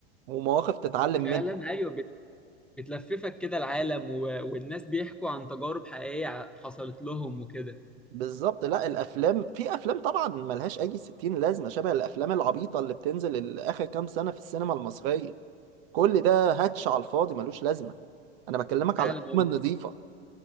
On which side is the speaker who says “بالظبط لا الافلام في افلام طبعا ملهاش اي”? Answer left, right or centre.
Right